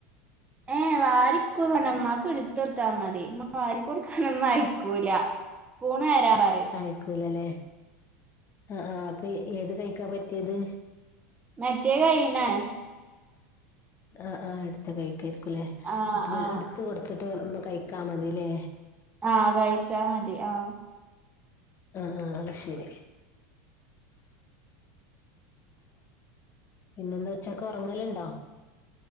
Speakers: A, on the right; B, on the left.
A: ഏഹ് വാരി <unintelligible> ഇമ്മാക്ക് ഇട്ത്തൊട്ത്താ മതി ഇമ്മ വാരികൊട്ക്കാനൊന്നും അയക്കൂല പൂണ് തരാൻപറയും
B: അയക്കൂലല്ലേ ആഹ് ആഹ് അപ്പൊ ഏത് കൈക്കാ പറ്റിയത്?
A: മറ്റേകഴിന്നാണ് <unintelligible>
B: ആആ എടുത്ത്കഴിക്കരിക്കുംലേ
A: ആഹ്
B: അപ്പൊഎടുത്ത്കൊടുത്തിട്ട്
A: ആഹ്
B: കഴിക്കാമതില്ലേ.
A: ആ കഴിച്ചാമതി ആ.
B: ആഹ് ആഹ് അഹ്ശെരി പിന്നെന്താ ഉച്ചക്ക് ഒറങ്ങലുണ്ടോ?